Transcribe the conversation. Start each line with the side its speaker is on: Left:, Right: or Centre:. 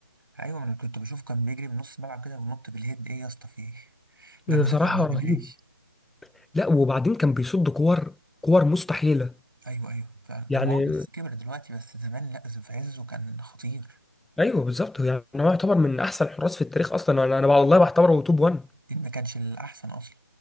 Right: ايوه ما انا كنت بشوف كان بيجري من نص الملعب كده وينط بالهيد ايه يا اسطى في ايه ده
Centre: بصراحه
Right: المدافع ما
Centre: رهيب
Right: بيعملهاش
Centre: لا وبعدين كان بيصد كور كور مستحيله
Right: ايوه ايوه فعلا
Centre: يعني
Right: هو آه بس كبر دلوقتي بس زمان لا ز- في عزه كان خطير
Centre: ايوه بالظبط يعني هو يعتبر من احسن الحراس في التاريخ اصلا انا انا والله بعتبره توب 1
Right: إن ما كانش الاحسن اصلا